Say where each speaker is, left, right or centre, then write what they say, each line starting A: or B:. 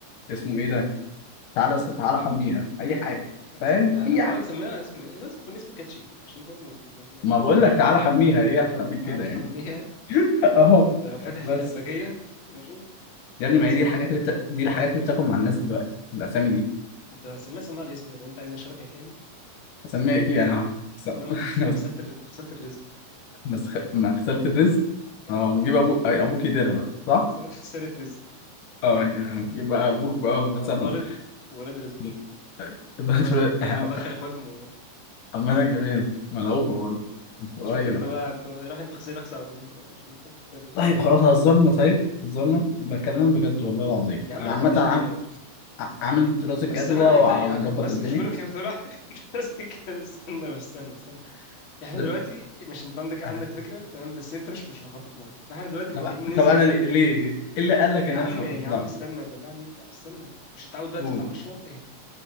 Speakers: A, on the left; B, on the left.
A: اسمه ايه ده تعالى تعالى حميها اي حاجه
B: هتسمي
A: فاهم
B: لها
A: اي
B: لا تعالى
A: حاجة.
B: نسميها اسم لازم يكون اسم كاتشي عشان برضه ال- يعني
A: ما بقول
B: انت
A: لك تعالى حميها ايه احلى من
B: تعالى
A: كده
B: حميها
A: يعني <laughs> اهو
B: انت لو فاتح في
A: بس
B: الأباجية ماشي
A: يا ابني
B: مش
A: ما
B: هتسميها
A: هي دي الحاجات
B: كده
A: اللي بت... دي الحاجات اللي بتاكل مع الناس دلوقتي الاسامي دي
B: انت لو هتسميها سميها على اسمي لو انت عايزني اشاركك يعني
A: اسميها ايه انا <laughs>
B: تمام سميها غسالة الر- غسالة الرزق
A: مسخ... مغسله الرزق
B: اه
A: اه نجيب ابوك ابوك يديرها بقى صح؟
B: غسالة رزق
A: اه يعني هنجيب بقى ابوك بقى
B: هتبقى
A: مثلا
B: دارت ولاد رزق
A: <laughs> إدارة
B: هدخل
A: الأولاد
B: هدخل
A: إحنا-
B: هدخل اخواتي في الموضوع
A: عامة جميل ملعوبة برضه انتوا
B: شوف
A: أيوه
B: انت بقى انت راح انت غسيل اغسل عربيتي انت بقى شوف انت بتعمل ايه
A: طيب خلاص هزرنا طيب هزرنا بكلمك بجد والله العظيم
B: يا عم
A: أنا
B: انا
A: عامة
B: ما عنديش
A: عام-
B: مشكله
A: ع- عامل دراسة
B: بس
A: جدوى
B: انا
A: وع-
B: انت يا
A: ومظبط
B: عم انت بس
A: الدنيا
B: مش كل ما كلمه تقول <laughs> انت بس كده استنى استنى استنى احنا
A: ده-
B: دلوقتي مش انت عندك عندك
A: آه.
B: فكره تمام بس انت مش مش مخطط لها فاحنا دلوقتي محتاجين
A: طب
B: ننزل
A: طب أنا
B: نتكلم
A: ليه ليه ليه؟ إيه اللي قال لك
B: يا
A: إن أنا
B: عم
A: مش هخطط
B: يا
A: لها؟
B: عم استنى بالله عليك بقى استنى مش انت عاوز بقى
A: قول
B: تفتح مشروع اهدى